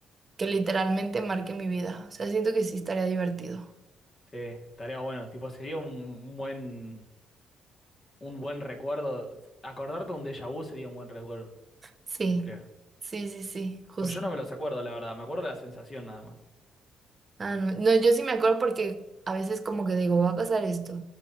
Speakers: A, on the right; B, on the left.
A: que literalmente marque mi vida. O sea, siento que sí estaría divertido.
B: Sí, estaría bueno. Tipo, sería un, un buen, un buen recuerdo. Acordarte un déjà vu sería un buen recuerdo,
A: Sí,
B: creo.
A: sí, sí, sí, justo.
B: Pues yo no me los acuerdo, la verdad. Me acuerdo de la sensación nada más.
A: Ah, no, no, yo sí me acuerdo porque a veces como que digo, va a pasar esto